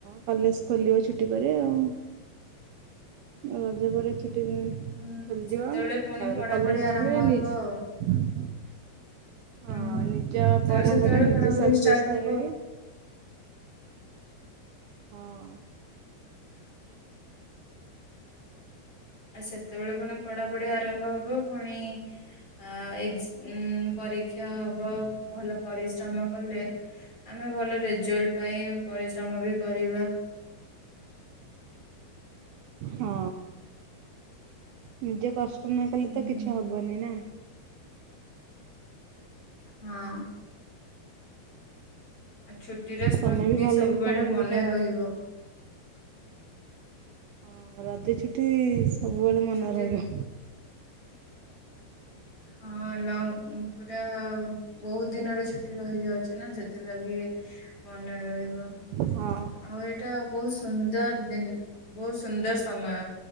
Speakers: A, on the right; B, on the left.
A: କଲେଜ ଖୋଲିବ ଛୁଟି ପରେ ଆଉ। ରଜ ପରେ ଛୁଟି ମି
B: ହୁଁ
A: ଖୋଲିଯିବ।
B: ସେତେବେଳେ ପୁଣି
A: ତାପରେ
B: ପଢ଼ାପଢ଼ି
A: କଲେଜ
B: ଆରମ୍ଭ
A: ଯିବେ
B: ହବ
A: ନି
B: ଆଉ।
A: ହଁ,
B: ହୁଁ
A: ନିଜ
B: ତାପରେ
A: ପଢାପଢ଼ି
B: ସେତେବେଳେ
A: ନିଜେ
B: ପଢ଼ାପଢ଼ି
A: ସବୁ
B: ଷ୍ଟାର୍ଟ
A: ବ୍ୟସ୍ତ
B: ହବ।
A: ରହିବେ। ହଁ।
B: ଆଉ ସେତେବେଳେ ଫୁଣି ପଢ଼ାପଢ଼ି ଆରମ୍ଭ ହେବ, ଫୁଣି ଆ, ଏକ୍ସ-ଉମ ପରୀକ୍ଷା ହବ। ଭଲ ପରିଶ୍ରମ କଲେ ଆମେ ଭଲ ରେଜଲ୍ଟ ପାଇଁ ପରିଶ୍ରମ ବି କରିବା।
A: ହଁ, ନିଜେ କଷ୍ଟ ନ କଲେ,
B: ହୁଁ
A: ତ କିଛି
B: ହୁଁ
A: ହବନି ନା।
B: ହଁ। ଆ ଛୁଟିର ସ୍ମୃତି
A: ତମେ ବି ଭଲ
B: ସବୁବେଳେ
A: କି ପଢାପଢି
B: ମନେ
A: କର।
B: ରହିବ।
A: ହଁ, ରଜ ଛୁଟି ସବୁବେଳେ ମନେ
B: ଛୁଟି
A: ରହିବ।
B: ହଁ, ଲଙ୍ଗ ପୁରା ବହୁତ ଦିନର ଛୁ ଛୁଟି ରହିଯାଉଛି ନା, ସେଥିଲାଗି ମନେ ରହିବ।
A: ହଁ।
B: ଆଉ ଏଇଟା ବହୁତ ସୁନ୍ଦର ଦିନ, ବହୁତ ସୁନ୍ଦର ସମୟ।